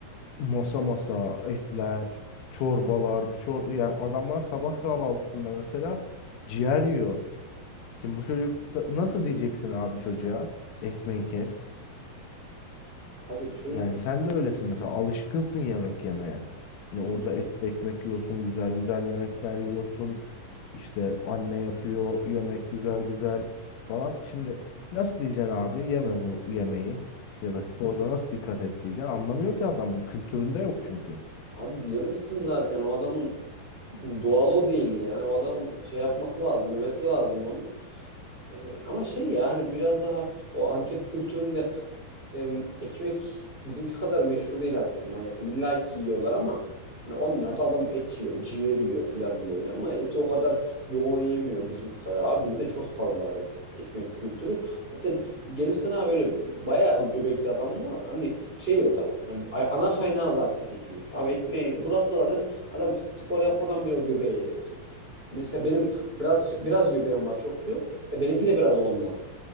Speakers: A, on the left (about 75°); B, on the right (about 30°).
A: masa masa etler, çorbalar, bir çor yani adamlar sabah kahvaltısında mesela ciğer yiyor. Şimdi bu çocuk da- nasıl diyeceksin abi çocuğa? Ekmeği kes.
B: Abi çocuk
A: Yani sen de öylesin mesela alışkınsın yemek yemeye. Ya orada et ekmek yiyorsun, güzel güzel yemekler yiyorsun. İşte anne yapıyor yemek güzel güzel falan. Şimdi nasıl diyeceksin abi yeme bu yemeği ya da sporda nasıl dikkat et diyeceksin. Anlamıyor ki adam kültüründe yok çünkü.
B: abi diyemezsin zaten. O adamın doğal o değil yani. O adamın şey yapması lazım, yemesi lazım onu. E, ama şey yani biraz daha o Antep kültüründe em, ekmek bizimki kadar meşhur değil aslında. Hani illa ki yiyorlar ama hani onlar da adam et yiyor, ciğer yiyor falan böyle ama eti o kadar yoğun yemiyor bizimki kadar. Abi bizde çok fazla var et, ekmek kültürü. Zaten gelirsen abi böyle bayağı göbekli adam var. Hani şey o da yani ana kaynağı zaten ekmek. Abi ekmeği bıraksa zaten adam spor yapmadan bile o göbeği eritecek. Mesela benim biraz biraz göbeğim var çok yok. E, Benimki de biraz ondan.